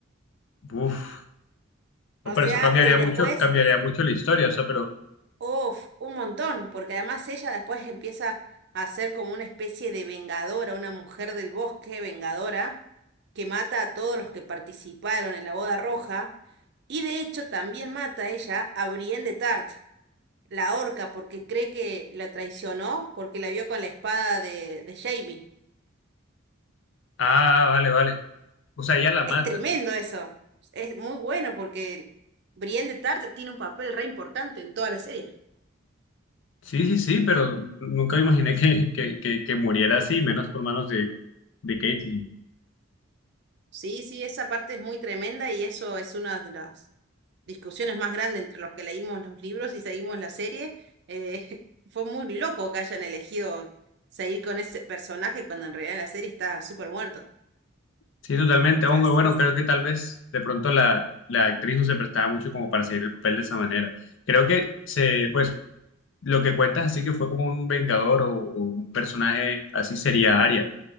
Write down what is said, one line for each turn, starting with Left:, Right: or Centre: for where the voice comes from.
Left: Uf. No,
Right: O
Left: pero
Right: sea,
Left: eso cambiaría
Right: y después
Left: mucho, cambiaría mucho la historia, o sea, pero...
Right: Uf, un montón, porque además ella después empieza a ser como una especie de vengadora, una mujer del bosque vengadora, que mata a todos los que participaron en la boda roja, y de hecho también mata a ella a Brienne de Tart, la orca, porque cree que la traicionó porque la vio con la espada de, de Jaime.
Left: Ah, vale, vale. O sea, ella la mata.
Right: Es tremendo eso, es muy bueno porque Brienne de Tart tiene un papel re importante en toda la serie.
Left: Sí, sí, sí, pero nunca me imaginé que, que, que, que muriera así, menos por manos de, de Caitlyn.
Right: Sí, sí, esa parte es muy tremenda y eso es uno de los discusiones más grandes entre los que leímos los libros y seguimos la serie. eh, <laughs> fue muy loco que hayan elegido seguir con ese personaje cuando en realidad en la serie está súper muerto.
Left: Sí, totalmente, aunque
Right: Entonces,
Left: bueno, creo que tal vez de pronto la, la actriz no se prestaba mucho como para seguir el papel de esa manera. Creo que se, pues, lo que cuentas así que fue como un vengador o, o un personaje así sería Aria,